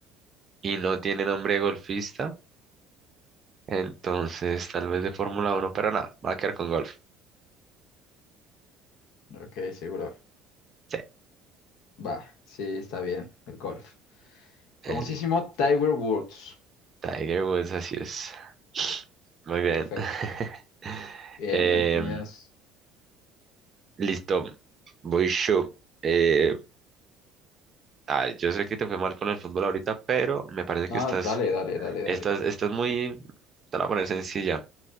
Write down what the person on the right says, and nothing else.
y no tiene nombre de golfista. Entonces, tal vez de Fórmula uno pero nada, va a quedar con golf.
Sí,
el
Tiger Woods, así es. <sniffs> Muy bien.
<laughs>
Em,
listo, voy yo. Eh, ah, yo sé que te fue mal con el fútbol ahorita, pero me parece
que estás,
estás, estás muy, te la voy a poner sencilla.